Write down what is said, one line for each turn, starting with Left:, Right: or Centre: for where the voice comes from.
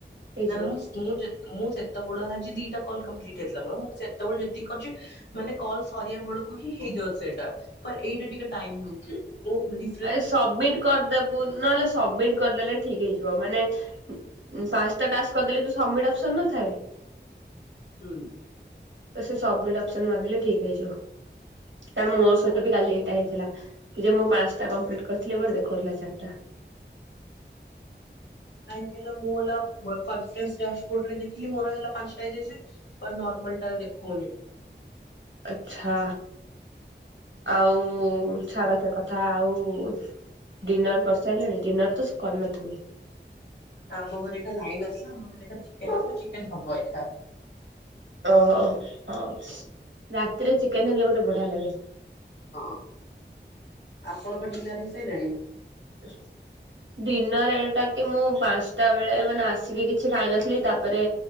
Right: ହେଇଯିବ।
Left: ନା ନା ମୁଁ ମୁଁ ଯେ ମୁଁ ସେତେବେଳେ ହେଲାଛି ଦିଟା କଲ କମ୍ପ୍ଲିଟ ହେଇଥିଲା ମର, ମୁଁ ସେତେବେଳେ ଯେତିକି କରିଛି ମାନେ କଲ ସରିବା ବେଳକୁ ହିଁ ହେଇଯାଉଛି ସେଇଟା। ପର୍ ଏଇଟା ଟିକେ ଟାଇମ ନଉଚି ଯୋଉ ରି
Right: ଏ ସବମିଟ କରିଦେବୁ ନହେଲେ ସବମିଟ କରିଦେଲେ ଠିକ ହେଇଯିବ ମାନେ ଉଁ ପାଞ୍ଚଟା ଟାସ୍କ କରିଦେଲେ ବି ସମିଟ ଅପ୍ସନ୍ ନଥାଏ।
Left: ହୁଁ।
Right: ସେ ସବମିଟ ଅପସନ ମାରିଦେଲେ ଠିକ ହେଇଯିବ। କାରଣ ମୋ ସହିତ
Left: ଓ।
Right: ବି କାଲି ଏଇଟା ହେଇଥିଲା ଯେ ମୁଁ ପାଞ୍ଚଟା କମ୍ପ୍ଲିଟ କରିଥିଲି ମୋର ଦେଖଉଥିଲା ଚାରିଟା।
Left: କାହିଁକି କହିଲ <unintelligible> ଡ୍ୟାସବୋର୍ଡରେ ଦେଖିଲି ମୋର ହେଲା ପାଞ୍ଚଟା ହେଇଯାଇସି ନର୍ମାଲ ଟାରେ ଦେଖଉନି।
Right: ଆଛା ଆଉ ଛାଡ ସେ କଥା ଆଉ ଡିନର କରିସାରିଲଣି ଡିନର ତ କରିନଥିବ।
Left: ଆମ ଘରେ ଏକା ଲାଇନ୍ ଆସିଲା ଆମ ଘରେ ଏକା ଚିକେନ ଚିକେନ ହବ ଏକା।
Right: ଓହୋ ହ ରାତିରେ ଚିକେନ ହେଲେ ଗୋଟେ ବଢିଆ ଲାଗେ।
Left: ହଁ ଆପଣଙ୍କ ଡିନର ହେଇସାଇଲାଣି?
Right: <unintelligible> ଡିନର ଏଇଟା କି ମୁଁ ପାଞ୍ଚଟା ବେଳେ ମାନେ ଆସିକି କିଛି ଖାଇନଥିଲି ତାପରେ